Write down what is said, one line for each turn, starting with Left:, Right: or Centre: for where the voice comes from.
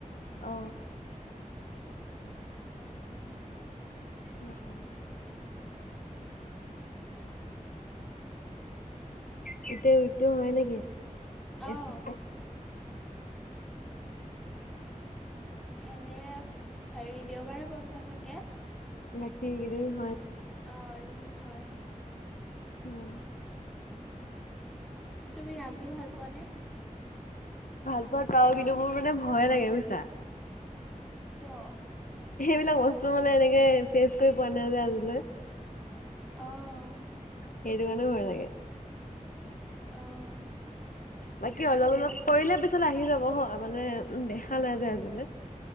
Left: অ।
Centre: পৱাহ <unintelligible>
Left: উ অ গোটেই টো হয় নেকি এক
Centre: অঁ
Left: সপ্তাহ
Centre: এনে হেৰি দেওবাৰে বন্ধ থাকে
Left: মতি হ গৰে <unintelligible>
Centre: অ এইকেইদিন হয়
Left: উম
Centre: তুমি ৰান্ধি ভাল পোৱানে
Left: ভাল পোৱাত পাও কিন্তু মোৰ মানে ভয়ে লাগে বুজিছা
Centre: কিয়
Left: সেইবিলাক বস্তু মানে এনেকে ফেচ কৰি পোৱা নাই যে আজিলৈ
Centre: আহ
Left: সেইটো মানে ভয় লাগে
Centre: আহ
Left: বাকী অলপ অলপ কৰিলে পিছত আহি যাব হয় মানে দেখা নাই যে আজিলৈ